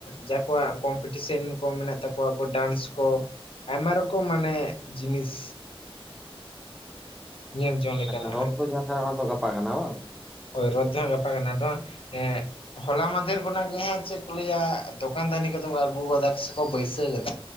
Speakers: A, on the left; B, in the centre.
A: ᱡᱟᱠᱚᱣᱟᱜ ᱠᱚᱢᱯᱤᱴᱤᱥᱮᱱ ᱠᱚ ᱢᱮᱱᱟᱜ ᱛᱟᱠᱚᱣᱟ ᱠᱚ ᱰᱟᱱᱥ ᱠᱚ᱾ ᱟᱭᱢᱟ ᱨᱚᱠᱚᱢ ᱢᱟᱱᱮ ᱡᱤᱱᱤᱥ ᱧᱮᱞ ᱡᱚᱝ ᱞᱮᱠᱟᱱᱟᱜ
B: ᱟᱪᱪᱷᱟ ᱨᱚᱫ
A: ᱦᱟᱸᱜ
B: ᱫᱚ ᱡᱟᱦᱟᱸ ᱠᱟᱱᱟ ᱚᱱᱟ ᱫᱚ ᱜᱟᱯᱟᱜ ᱠᱟᱱᱟ ᱵᱟᱝ?
A: ᱦᱳᱭ ᱨᱚᱫ ᱫᱚ ᱦᱟᱜ ᱜᱟᱯᱟ ᱠᱟᱱᱟ ᱟᱫᱚ ᱦᱟᱸᱜ ᱮᱸ ᱦᱚᱞᱟ ᱢᱟᱫᱷᱮᱨ ᱠᱷᱚᱱᱟᱜ ᱜᱮ ᱦᱟᱸᱜ ᱪᱮᱫ ᱠᱚ ᱞᱟᱹᱭᱟ ᱫᱚᱠᱟᱱ ᱫᱟᱱᱤ ᱠᱚᱫᱚ ᱠᱚ ᱟᱹᱜᱩ ᱠᱟᱫᱟ, ᱥᱮᱠᱚ ᱵᱟᱹᱭᱥᱟᱹᱣ ᱠᱟᱫᱟ᱾